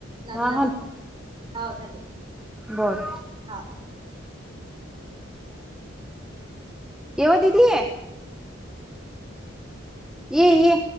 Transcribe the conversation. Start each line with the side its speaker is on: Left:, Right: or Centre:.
Right: लागला
Centre: हा
Right: तर, हाव झाले.
Centre: बरं.
Right: हा
Centre: एव्हा दीदी ये. ये ये.